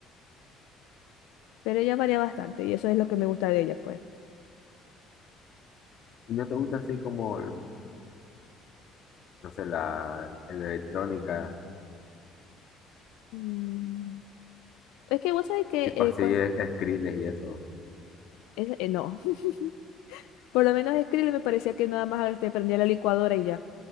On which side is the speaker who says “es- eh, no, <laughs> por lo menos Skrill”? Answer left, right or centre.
Left